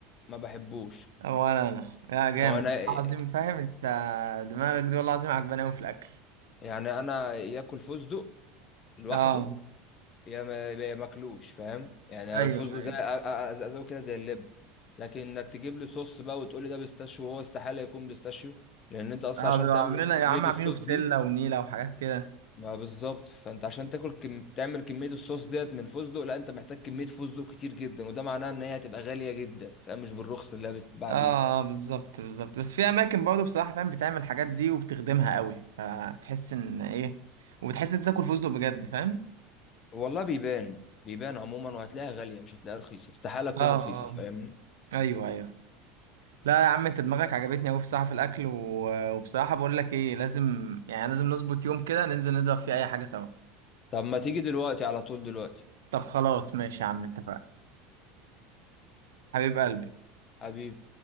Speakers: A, on the left; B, on the right.
A: ما بحبوش
B: ولا انا يا جامد
A: ما هو انا ي-
B: عظيم فاهم انت دماغك دي والله العظيم عجباني قوي في الاكل
A: يعني انا ياكل فستق لوحده
B: اه
A: يا ما يا ماكلوش فاهم يعني
B: ايوه
A: الفستق
B: ايوه
A: زي أ- أ- ازازه كده زي اللب لكن انك تجيب لي صوص بقى وتقول لي ده بيستاشيو وهو استحاله يكون بيستاشيو لان انت اصلا
B: اه
A: عشان
B: بيبقوا
A: تعمل
B: عاملين يا
A: كميه
B: عم عاملينه
A: الصوص
B: بسله
A: دي
B: ونيله وحاجات كده
A: ما بالظبط فانت عشان تاكل كم... تعمل كميه الصوص ديت من فستق لا انت محتاج كميه فستق كتير جدا وده معناه ان هي هتبقى غاليه جدا فاهم مش بالرخص اللي هي بتتباع
B: اه
A: بيه
B: آه، بالظبط بالظبط بس في اماكن برضه بصراحه فاهم بتعمل الحاجات دي وبتخدمها قوي فتحس ان ايه وبتحس انت تاكل فستق بجد فاهم
A: والله بيبان بيبان عموما وهتلاقيها غاليه مش هتلاقيها رخيصه استحاله تكون
B: اه
A: رخيصه فاهمني
B: اه ايوه ايوه لا يا عم انت دماغك عجبتني قوي بصراحه في الاكل و... وبصراحه بقول لك ايه لازم يعني لازم نظبط يوم كده ننزل نضرب فيه اي حاجه سوا
A: طب ما تيجي دلوقتي على طول دلوقتي
B: طب خلاص ماشي يا عم اتفقنا حبيب قلبي
A: حبيبي